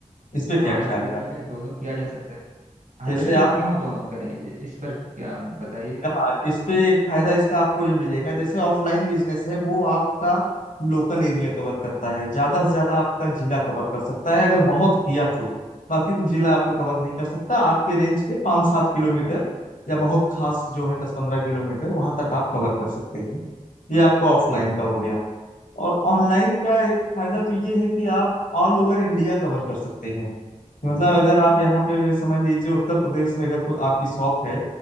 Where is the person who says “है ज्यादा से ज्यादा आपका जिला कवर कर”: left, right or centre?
Left